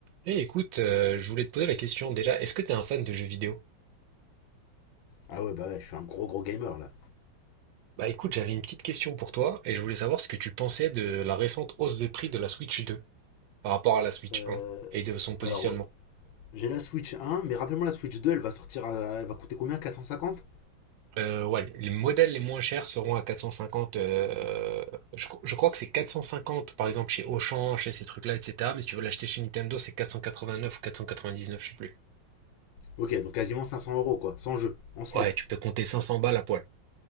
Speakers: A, on the right; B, on the left.
A: Eh écoute, euh, je voulais te poser la question déjà, est-ce que t'es un fan de jeux vidéo?
B: Ah ouais, bah ouais, je suis un gros gros gamer là.
A: Bah écoute, j'avais une petite question pour toi et je voulais savoir ce que tu pensais de la récente hausse de prix de la Switch 2 par rapport à la Switch
B: Euh,
A: 1 et de son positionnement.
B: alors, j'ai la Switch 1, mais rappelez-moi la Switch 2, elle va sortir, à- elle va coûter combien quatre cent cinquante.
A: Euh, ouais, les modèles les moins chers seront à 450, euh, je, cro- je crois que c'est 450 par exemple chez Auchan, chez ces trucs-là, etc. Mais si tu veux l'acheter chez Nintendo, c'est 489 ou 499, je sais plus.
B: Ok, donc quasiment 500 euros quoi, sans jeu, en slip.
A: Ouais, tu peux compter 500 balles à poil.